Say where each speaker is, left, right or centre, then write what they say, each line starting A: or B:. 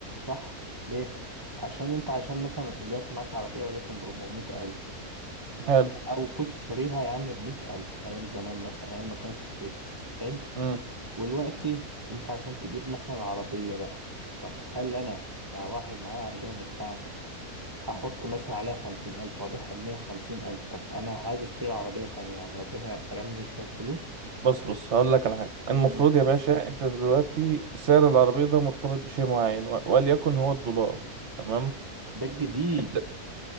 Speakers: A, on the right (about 25°); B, on the right (about 55°).
A: صح ليه عشان انت عشان مثلا الوقت معاك عربيه وليكن ب 400000
B: حلو
A: او كنت شاريها يا عم بمئة ألف ايام زمان مثلا ايام ما كانت رخيصة حلو
B: مم.
A: ودلوقتي انت عشان تجيب مثلا عربية بقى طب هل انا كواحد معايا عربية مستعمل هحط مثلا عليها خمسين ألف وأبيعها بمية وخمسين ألف طب أنا عايز أشتري عربية تانية يعني ربنا كرمني شوية فلوس
B: بص بص هقول لك على حاجة المفروض
A: مم.
B: يا باشا انت دلوقتي سعر العربية ده مرتبط بشيء معين و- وليكن هو الدولار تمام
A: ده الجديد
B: انت